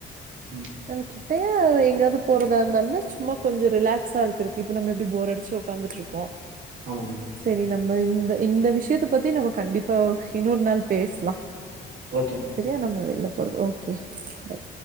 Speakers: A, on the right; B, on the right.
A: ம்
B: நம்மக்கிட்டயே எங்காது போறதா இருந்தாலுமே சும்மா கொஞ்சோ ரிலாக்ஸா இருக்கறக்கு இப்போ நம்ம எப்டி போர் அடுச்சு உக்காந்துட்டுருக்கோ
A: ஆமாமா
B: செரி நம்ம இந்த இந்த விஷயத்த பத்தி நம்ம கண்டிப்பா இன்னொரு நாள் பேசலா
A: ஓகே மேம்
B: சரியா நம்ம வெளிய போறது ஓகே பை